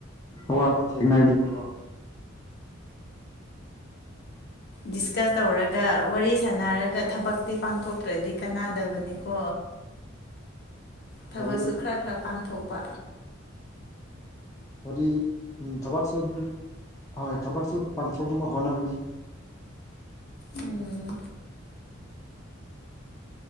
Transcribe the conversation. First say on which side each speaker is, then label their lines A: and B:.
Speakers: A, on the left; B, on the left.
A: ꯑꯣ ꯑꯕ ꯊꯦꯡꯛꯅꯅꯥꯒ ꯂꯩ ꯒꯣ
B: ꯗꯤꯁꯀꯁ ꯇꯧꯔꯒ ꯋꯥꯔꯤ ꯁꯥꯟꯅꯔꯒ ꯊꯕꯛꯇꯤ ꯄꯥꯡꯊꯣꯛꯇ꯭ꯔꯗꯤ ꯀꯅꯥꯗꯕꯅꯤꯀꯣ ꯊꯕꯛꯁꯨ
A: ꯋꯥꯔꯤ
B: ꯈꯔ ꯈꯔ ꯄꯥꯡꯊꯣꯛꯄ
A: ꯍꯥꯏꯗꯤ ꯎ ꯊꯕꯛꯁꯨ ꯑꯗꯨꯝ ꯍꯣꯏ ꯊꯕꯛꯁꯨ ꯄꯥꯡꯊꯣꯛꯅꯕ ꯍꯣꯠꯅꯕꯅꯤ
B: ꯎꯝ